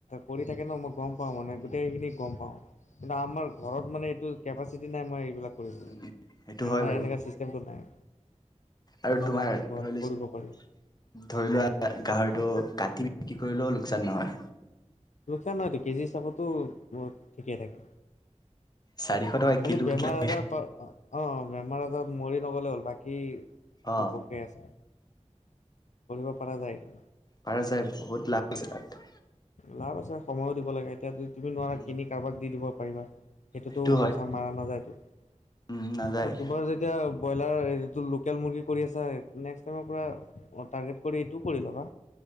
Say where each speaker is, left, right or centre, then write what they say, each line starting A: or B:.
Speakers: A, on the left; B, on the left.
A: কৰি থাকে ন মই গম প পাও মানে
B: উম
A: গোটেইখিনি গম পাও কিন্তু আমাৰ ঘৰত মানে এইটো কেপাচিটি নাই মই এইবিলাক কৰিবলৈমই
B: উম উম। সেইটো হয় বাৰু
A: এনেকুৱা ছিষ্টেমটো নাই
B: আৰু
A: নহ'লে
B: তোমাৰ
A: মই ঘৰত
B: ধৰি লছ
A: কৰিব পাৰিম
B: ধৰি লোৱা গাহৰিটো কাটি বিক্ৰী কৰিলেও লোকচান নহয়
A: লোকচান নাইতো কেজি হিচাপতো মোৰ ঠিকেই থাকে।
B: চাৰিশ টকা
A: খালি
B: কিলো
A: বেমাৰ
B: কিলো
A: আজাৰ প অ বেমাৰ আজাৰত মৰি নগলে হ'ল বাকী
B: অ
A: চবকে আছে কৰিব পৰা যায়টো
B: পাৰা যায় বহুত লাভ আছে তাত।
A: লাভ আছে সময়ো দিব লাগে এতিয়া তুমি নোৱাৰা
B: উম।
A: কিনি কাৰোবাক দি দিব পাৰিবা। সেইটোতো
B: সেইটো হয়
A: পইচা মাৰা নাযায়তো
B: উম নাযায়
A: তোমাৰ য এতিয়া ব্ৰইলাৰ সেইটো লোকেল মুৰ্গী কৰি আছা নেক্স টাইমৰ পৰা - টাৰ্গেট কৰি এইটোও কৰি ল'বা।